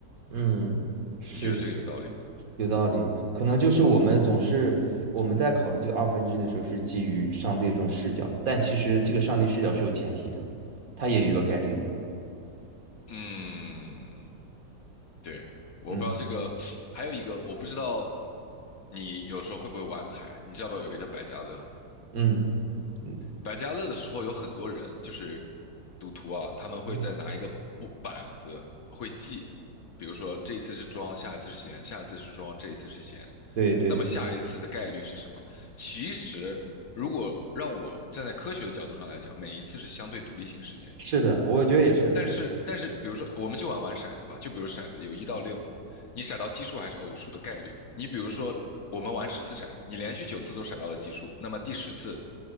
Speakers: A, on the right; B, on the left.
A: 嗯，是的，
B: 你觉得这个有道理吗？
A: 有道理。可能就是我们总是我们在考虑这个二分之一的时候，是基于上帝这种视角，但其实这个上帝视角是有前提的，它也有一个概率的。
B: 嗯，对，我不知道这个，
A: 嗯
B: 还有一个我不知道，你有时候会不会玩牌？你知道不知道有一个叫百家乐？
A: 嗯嗯
B: 百家乐的时候有很多人就是赌徒啊，他们会在拿一个布板子会记，
A: 嗯，
B: 比如说这一次是庄，下一次是闲，下一次是庄，这一次是闲，
A: 对对，
B: 那么下一次的概率是什么？其实如果让我站在科学的角度上来讲，每一次是相对独立性事件。
A: 是的，我觉得也是。
B: 但是但是，比如说，我们就玩玩骰子吧，就比如骰子有一到六，你骰到奇数还是偶数的概率。你比如说，我们玩十次骰子，你连续九次都骰到了奇数，那么第十次，